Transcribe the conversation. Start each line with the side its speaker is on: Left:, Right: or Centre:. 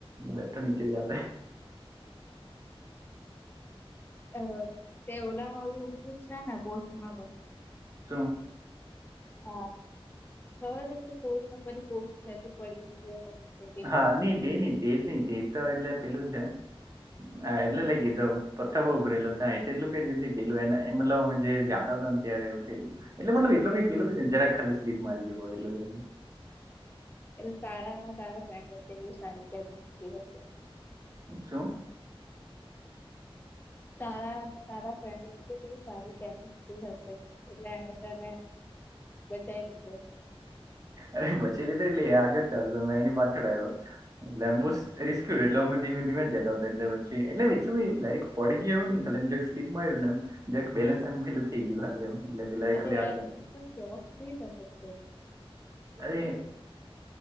Right: બેઠો નીચે જ
Left: અ તે ઓલામાં છે ને પોસ્ટમાં પણ.
Right: શું.
Left: હા થર્ડ કે ફોર્થ નંબરની પોસ્ટ છે તો પડી ગયો. તે કઈક
Right: હા
Left: નીચું
Right: નઈ
Left: છે
Right: તે નઈ તેજ નહ તેજ તો એટલે પેલું છે. હા એટલે લઈ ગી તો પથ્થર બઉ ઉભરેે હતા એટું ક પેલું એ મતલબ અમે જે જાતા હતા. ત્યારે એવું થયું એટલેતલબ એટલ
Left: બરોબર
Right: કઈ પેલું જરા ખાલી સ્લી મારી ગ એલું
Left: એટ સારા ના તારા ફ્રેન્ડ વચ્ચે બ સારી કે છે.
Right: શું.
Left: તારા અને તારા ફ્રેન્ડ વચ્ચે બ સારી કેમિસ્ટ્રી હશે એટલે તને બચાઈ લીધો.
Right: અરે બચે લીધે એટલે આગળ ચાલ મેં એની પાછળ આવ્યો એટલેમ બુસ રિસ્કયુ એટલે અમે ધીમે ધીમે જતા હતા એટલે પછ એટલે એલું એ ડરેક પડી ગયાું ન ખા એમ સ્લીપ મા આવ્યું એમ. જેક બેલેન્સ એમ ભે થઈ ગયો ભાલી એમ. એટલે પેલા એ
Left: અરે
Right: ખાલી
Left: યાર
Right: હાથ લાગે
Left: તુ જોબસ ન સમજતો.
Right: અરે